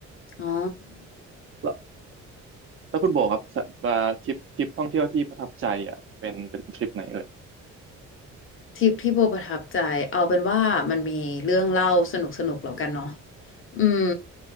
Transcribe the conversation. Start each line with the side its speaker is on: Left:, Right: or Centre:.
Left: อ๋อ
Right: แล้วแล้วคุณโบครับสะอ่าทริปทริปท่องเที่ยวที่ประทับใจอ่ะเป็นเป็นทริปไหนเอ่ย
Left: ทริปที่โบประทับใจเอาเป็นว่ามันมีเรื่องเล่าสนุกสนุกแล้วกันเนาะอืม